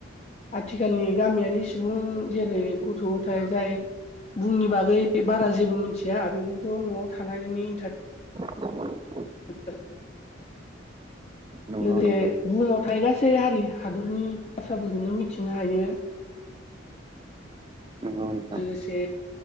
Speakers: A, on the left; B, on the right.
A: आथिखालनि गामियारि सुबुं जेरै गथ' गथाय जाय बुंनि बागै बारा जेबो मिथिया बेफोरखौ न'आव थानानैनो इन्टार
B: <inaudible>
A: <unintelligible>
B: नंगौ
A: लोगोसे
B: नंगौ
A: बुहुमाव थायो गासै हारि हादरनि बाथ्राफोरखौनो मिथिनो हायो
B: नंगौ नोंथां
A: लोगोसे